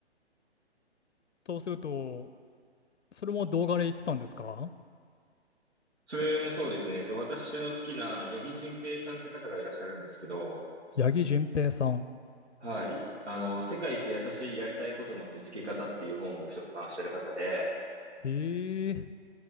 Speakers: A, on the left; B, on the right.
A: そうすると、それも動画で言ってたんですか
B: それもそうですね。えっと、私の好きな八木仁平さんって方がいらっしゃるんですけど、
A: 八木純平さん。
B: はい。あの、世界一優しいやりたいことの見つけ方っていう本を出版してる方で、
A: ええ